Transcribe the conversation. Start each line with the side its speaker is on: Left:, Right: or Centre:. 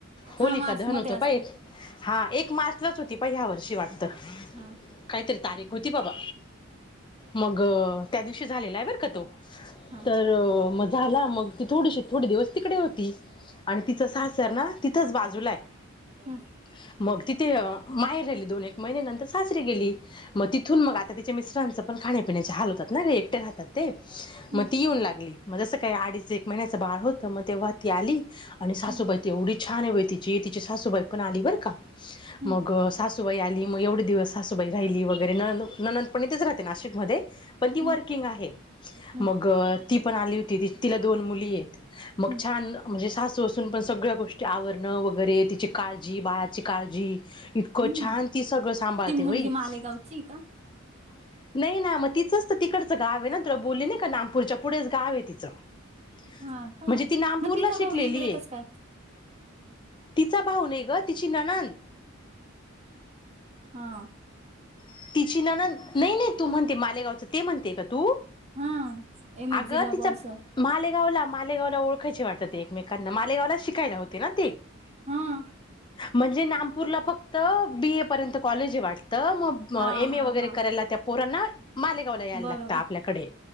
Left: होलिका
Right: हा मार्च
Left: दहन
Right: मध्ये
Left: होतं
Right: असते
Left: <inaudible> हा एक मार्चलाच होती प ह्या वर्षी वाटत
Right: हा
Left: काहीतरी तारीख <inaudible> गोती बाबा मग त्या दिवशी झालेला आहे बरं का तो <inaudible>
Right: हा
Left: तर मग झाला मग ती थोडीशी थोडे दिवस तिकडे होती <inaudible> आणि तिचं सासर ना तिथंच बाजूला आहे
Right: <inaudible> हम
Left: <inaudible> मग तिथे <inaudible> माहेर राहिली दोन एक महिन्यानंतर सासरी गेली मग तिथून मग आता तिच्या मिस्ट्रांचं पण खाण्यापिण्याचे हाल होत <inaudible> ना रिएक्टर राहतात ते <inaudible>
Right: हम्म
Left: मग ती येऊन लागली मग जसं काय अडीच एक महिन्याचं बाळ होत मग तेव्हा ती आली <inaudible> आणि सासूबाई
Right: हम्म
Left: त एवढी छान आहे व तिची तिची सासूबाई पण <inaudible>
Right: हम्म
Left: मग <inaudible> सुबाई आली मग एवढे दिवस हा सुबाई राहिली वगैरे न ननंदपणी तेच राहते नाशिकमध्ये <inaudible> पण ती
Right: हम्म
Left: वर्किंग आहे
Right: हम्म
Left: मग ती पण आली होती तिला दोन मुली आहेत <inaudible> मग
Right: हम्म
Left: छान म्हणजे सासू असून पण सगळ्या गोष्टी आवरणं वगैरे तिची काळजी बाळा <inaudible> सत श्री अ काळ जी <inaudible> इतकं
Right: हम्म
Left: छान ती सगळं सांभाळते
Right: ती मुलगी
Left: भाई
Right: मालेगावची का
Left: <inaudible> नाही ना मग तिचंच तर तिकडचं गाव आहे ना तुला बोलली नाही का नामपूरच्या पुढेच गाव आहे तिचं <inaudible>
Right: हा का
Left: म्हणजे ती नामपूरला
Right: मग तिचा
Left: शिकलेली
Right: भाऊ इकडे
Left: आहे
Right: कस काय
Left: त <inaudible> तिचा भाऊ नाही ग तिची नणन
Right: <inaudible> हा
Left: <inaudible> तिची ना नाही नाही तू म्हणते मालेगावचं ते म्हणते का तू
Right: <inaudible> हा
Left: <inaudible>
Right: एम एस
Left: अगं
Right: जी ला
Left: तिच्या
Right: बॉस
Left: मालेगावला मालेगावला ओळखायचे वाटतते ते एकमेकांना मालेगावला शिकायला होते ना ते <inaudible>
Right: <inaudible> हा
Left: <inaudible> म्हणजे नामपूरला फक्त बी ए पर्यंत कॉलेज वाटते <inaudible> तर मग
Right: हा
Left: एम
Right: हा
Left: ए वगैरे
Right: हा
Left: करायला त्या पोरांनाक <inaudible> मालेगावला यायला
Right: बरोबर
Left: लागत आपल्याकडे